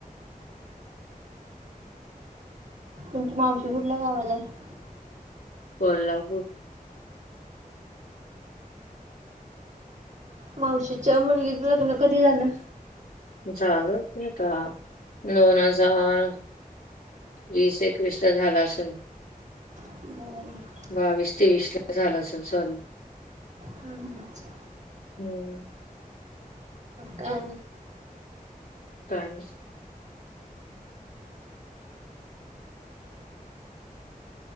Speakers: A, on the right; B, on the left.
A: तुमची मावशी कुठल्या गावाला आहे
B: कोल्हापूर
A: मावशीच्या मुलगीच लग्न कधी झालं
B: चालू आहे का दोन हजार वीस एकवीस ला झाला असल
A: ब
B: बावीस तेवीस ला झालं असल सॉरी
A: हम् ह
B: हम्
A: का
B: फॅन्स